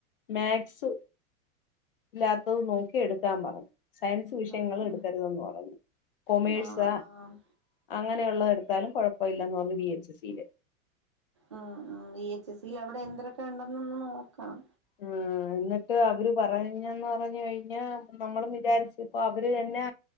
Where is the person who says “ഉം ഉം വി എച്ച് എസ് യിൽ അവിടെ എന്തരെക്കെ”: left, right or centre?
Right